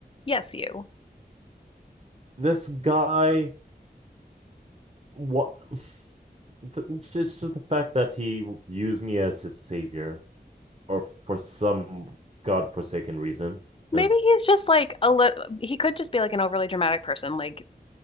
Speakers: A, on the left (about 35°); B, on the right (about 40°).
A: Yes, you.
B: This guy what <sighs> just just the fact that he used me as his savior or for some godforsaken reason
A: Maybe
B: is
A: he's just like a little, he could just be like an overly dramatic person. Like,